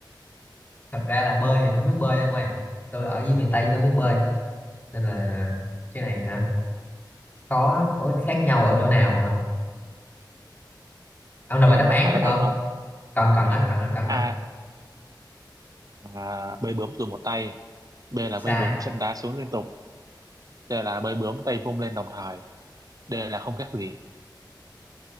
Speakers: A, on the left; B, on the right.
A: thật ra là bơi thì tôi không biết bơi đâu ông ơi tôi ở dưới miền Tây chứ tôi không biết bơi nên là cái này hả có Ủa, khác nhau ở chỗ nào hả ông đọc
B: có
A: lại
B: cần
A: đáp
B: tôi
A: án
B: đọc lại
A: được
B: đáp
A: không
B: án không
A: cần cần á cần á cần á
B: a là bơi bướm dùng một tay b là
A: sai
B: bơi bướm chân đá xuống liên tục c là bơi bướm tay vung lên đồng thời d là không khác gì